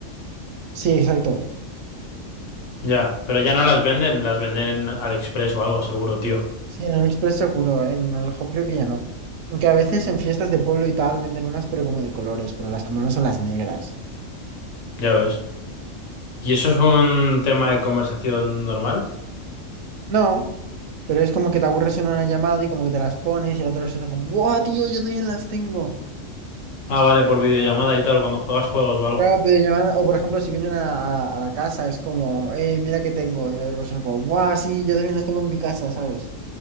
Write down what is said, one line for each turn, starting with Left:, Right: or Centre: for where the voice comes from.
Right: Sí, exacto.
Left: Ya, pero ya no las venden, las venden en AliExpress o algo seguro, tío.
Right: Sí, en el Express seguro. En el Hop creo que ya no. Aunque a veces en fiestas de pueblo y tal venden unas, pero como de colores, pero las que no son las negras.
Left: Ya ves. ¿Y eso es un tema de conversación normal?
Right: No, pero es como que te aburres en una llamada y como que te las pones y la otra persona como, ¡buah, tío! Yo también las tengo.
Left: Ah, vale, por videollamada y tal, cuando juegas juegos o algo.
Right: Claro, pero llamada, o por ejemplo, si vienen a, a- a la casa, es como, ¡eh, mira que tengo! Y la otra persona como, ¡buah, sí! Yo también las tengo en mi casa, ¿sabes?